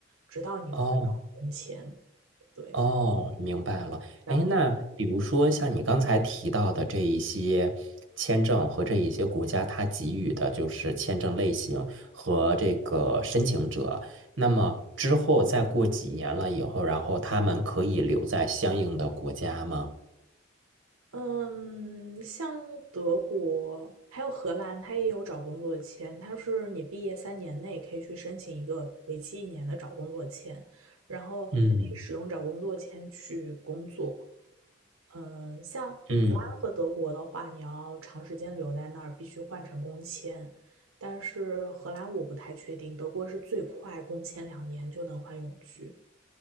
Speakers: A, on the right (about 85°); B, on the right (about 65°).
A: 直到你还
B: 哦。
A: 工签。对，
B: 哦，明白了。
A: 让
B: 哎，那比如说像你刚才提到的这一些签证和这一些国家它给予的就是签证类型和这个申请者，那么之后再过几年了以后，然后他们可以留在相应的国家吗？
A: 嗯，像德国还有荷兰，它也有找工作签，它是你毕业三年内可以去申请一个为期一年的找工作签，然后可以使用找工作签去工作。
B: 嗯
A: 嗯，像荷兰和德国的话，
B: 嗯，
A: 你要长时间留在那儿，必须换成工签。但是荷兰我不太确定，德国是最快工签两年就能换永居。